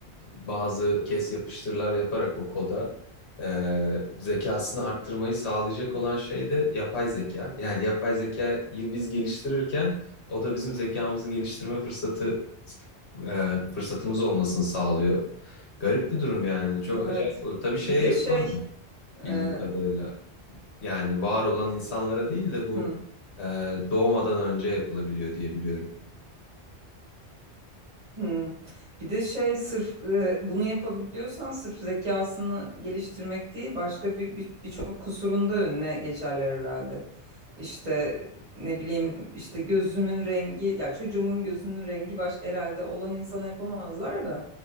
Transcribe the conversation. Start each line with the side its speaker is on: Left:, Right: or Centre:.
Left: bazı kes yapıştırlar yaparak o koda e, zekasını arttırmayı sağlayacak olan şey de yapay zeka. Yani yapay zekayı biz geliştirirken o da bizim zekamızı geliştirme fırsatı e, fırsatımız olmasını sağlıyor. Garip bir durum yani. Çok
Right: Evet.
Left: acayip olur. Tabii şeye
Right: Bir de
Left: yapılamıyor
Right: şey
Left: bildiğim
Right: e,
Left: kadarıyla. Yani var olan insanlara değil de bu
Right: hı,
Left: e, doğmadan önce yapılabiliyor diye biliyorum.
Right: hı. Bir de şey sırf e, bunu yapabiliyorsan sırf zekasını geliştirmek değil başka bir bir- birçok kusurun da önüne geçerler herhalde. İşte ne bileyim işte gözümün rengi ya çocuğumun gözünün rengi baş herhalde olan insana yapamazlar da